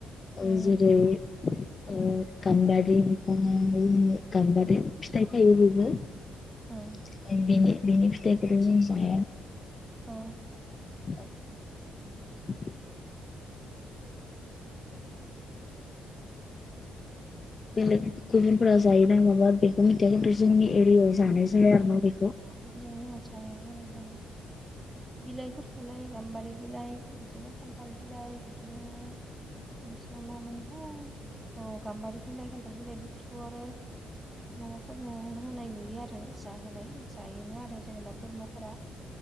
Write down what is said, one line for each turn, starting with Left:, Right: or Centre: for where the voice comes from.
Left: औ
Right: उम
Left: जेरै ओ गामबारि <unintelligible> गामबारि फिथाइ थाइयो बेबो। ओं
Right: उम
Left: बिनि बिनि फिथाइखोथ' जों जाया।
Right: अ
Left: <inaudible> <inaudible> बेलेग गुबुनफोरा जायोदां माबा बेखौ मिथिया खिन्थु जोंनि एरियायाव जानाय जाया
Right: उम
Left: आरो ना बेखौ।
Right: जोंनियाव जाया आरो जानाया। बिलाइफोरखौलाय गाम्बारि बिलाइ बिदिनो खान्थाल बिलाइ बिदिनो मानसिना मामोनथाय औ गाम्बारि बिलाइ खान्थाल बिलाइ बेफोरखौ आरो माबाफोरनो होनाय नुयो आरो जाहोनाय जायोनो आरो जेनेबा बोरमाफोरा।